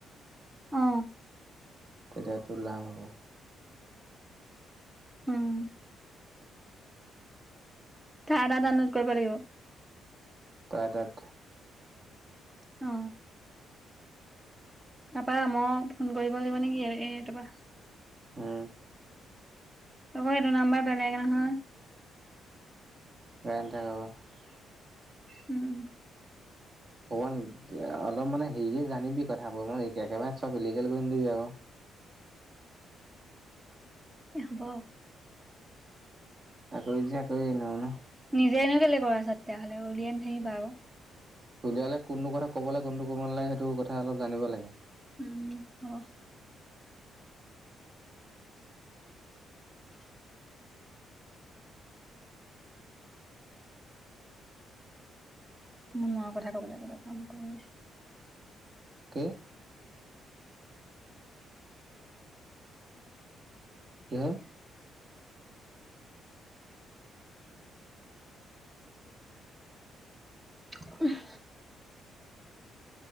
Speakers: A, on the right; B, on the right.
A: অ
B: তেতিয়াতো লাভ হব।
A: উম, তাৰ এটা ডাউনলোড কৰিব লাগিব।
B: তাই তাত।
A: অ, তাপা মই ফোন কৰিব লাগিব নেকি এ তাপা,
B: উম।
A: হব এইটো নাম্বৰ বেলেগ নহয়।
B: <unintelligible>
A: উম,
B: ভগৱান অলপ মানে হেৰিকে জানিবি কথাবো। একেবাৰে চব ইলিগেল কৰি নিদিবি আক,
A: এ হব।
B: আকৈ যে আকৈ নহয় ন,
A: নিজে নো কেলে আচা কৈ আছা তেতিয়াহ'লে উলিয়াই নিথাকিবা আক,
B: উলিয়ালে কোনটো কথা ক'ব লাগ কোনটো ক নালাগে সেইটো কথা অলপ জানিব লাগে।
A: উম অ মোৰ মাৰ‌ কথা কবলৈ গলে, ফোন কৈ
B: কি কি হল
A: ওহ